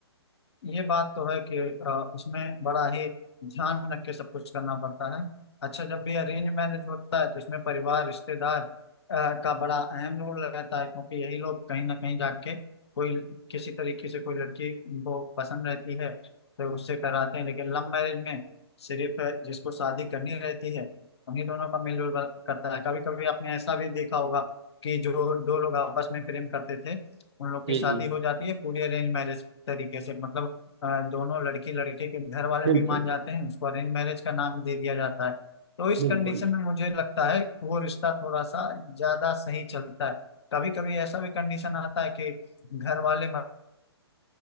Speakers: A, on the left; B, on the right.
A: ये बात तो है कि अ, इसमें बड़ा ही ध्यान रख के सब कुछ करना पड़ता है अच्छा जब भी अरेंज मैरिज होता है तो इसमें परिवार रिश्तेदार अ, का बड़ा अहम रोल रहता है क्योंकि यही लोग कहीं ना कहीं जाके कोई किसी तरीके से कोई लड़की को पसंद रहती है तो उससे कराते हैं लेकिन लव मैरिज में सिर्फ जिसको शादी करनी रहती है उन्हीं दोनों का मेलजोल ब- करता है कभी कभी आपने ऐसा भी देखा होगा कि जो दो लोग आपस में प्रेम करते थे उन लोग की
B: जी
A: शादी
B: जी
A: हो जाती है पूरी अरेंज मैरिज तरीके से मतलब अ, दोनों लड़की लड़के के घर वाले
B: बिल्कुल
A: भी मान जाते हैं उसको अरेंज मैरिज का नाम दे दिया जाता है तो इस
B: बिल्कुल
A: कंडीशन में मुझे लगता है कि वो रिश्ता थोड़ा सा ज्यादा सही चलता है कभी कभी ऐसा भी कंडीशन आता है कि घर वाले